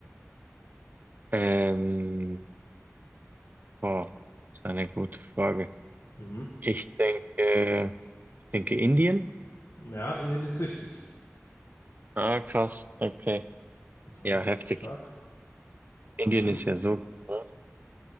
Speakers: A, on the right; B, on the left.
A: Ähm, boah, das ist eine gute Frage.
B: Mhm.
A: Ich denke, ich denke Indien.
B: Ja, Indien ist wichtig.
A: Ah, krass. Okay.
B: Ja,
A: Ja, heftig.
B: stark.
A: Indien
B: Hätte,
A: ist ja so groß.